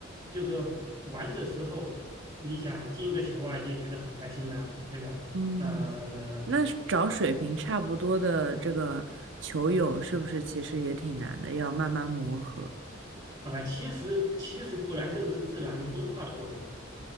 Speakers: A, on the right; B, on the right.
A: 就说玩的时候，你想进一个球啊，你也觉得很开心的，对吧？
B: 嗯，
A: 呃，
B: 那是找水平差不多的这个球友，是不是其实也挺难的，要慢慢磨合？
A: 啊、其实其实不然，这是个自然分化的过程嘛。